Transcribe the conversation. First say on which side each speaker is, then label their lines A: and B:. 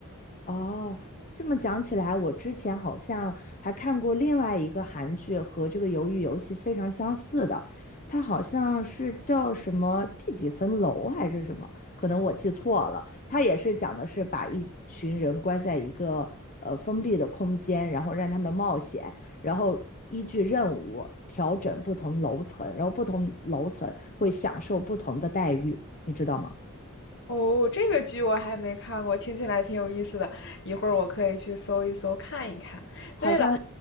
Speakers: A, on the left; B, on the left.
A: 哦，这么讲起来，我之前好像还看过另外一个韩剧，和这个《鱿鱼游戏》非常相似的，它好像是叫什么第几层楼还是什么，可能我记错了。它也是讲的是把一群人关在一个呃封闭的空间，然后让他们冒险，然后依据任务调整不同楼层，然后不同楼层会享受不同的待遇，你知道吗？
B: 哦，这个剧我还没看过，听起来挺有意思的，一会儿我可以去搜一搜看一看。
A: 好像，
B: 对了，